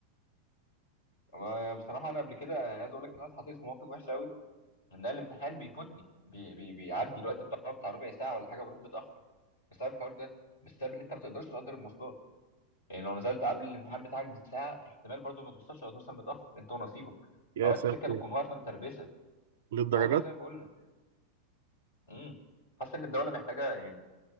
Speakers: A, on the left; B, on the right.
A: أنا بصراحة أنا قبل كده أنا عايز أقول لك إن أنا اتحطيت في موقف وحش أوي إن أنا الامتحان بيفوتني بي بي بيعدي الوقت بتاعه بتاع ربع ساعة ولا حاجة بروح متأخر بسبب الحوار ده بسبب إن أنت ما تقدرش تقدر المواصلات يعني لو نزلت قبل الامتحان بتاعك بساعة احتمال برضه ما توصلش أو توصل متأخر أنت ونصيبك
B: يا
A: أوقات
B: ساتر
A: السكة بتكون واقفة متربسة
B: للدرجات
A: أه والله زي ما بقول لك امم حاسس إن الدولة محتاجة يعني